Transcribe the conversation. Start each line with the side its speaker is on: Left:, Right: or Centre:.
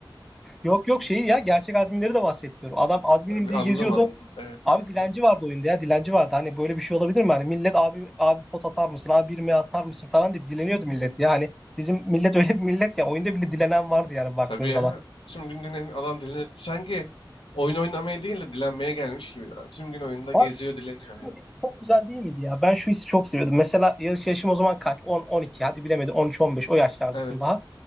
Centre: Yok yok şeyi ya gerçek adminleri de bahsetmiyorum. Adam adminim
Left: E,
Centre: diye
Left: Anladım
Centre: geziyordu.
Left: anladım. Evet
Centre: Abi
Left: evet.
Centre: dilenci vardı oyunda ya dilenci vardı. Hani böyle bir şey olabilir mi? Hani millet abi abi pot atar mısın? Abi bir mi atar mısın falan deyip dileniyordu millet. Yani bizim millet öyle bir millet ya oyunda bile dilenen vardı yani baktığın
Left: Tabii ya.
Centre: zaman.
Left: Tüm gün dinlen adam dilen sanki oyun oynamaya değil de dilenmeye gelmiş gibiydi adam. Tüm gün oyunda
Centre: Abi
Left: geziyor dileniyor ya.
Centre: çok, çok güzel değil miydi ya? Ben şu hissi çok seviyordum. Mesela yaş, yaşım o zaman kaç? on on iki hadi bilemedim on üç on beş o yaşlardasın
Left: Evet.
Centre: daha.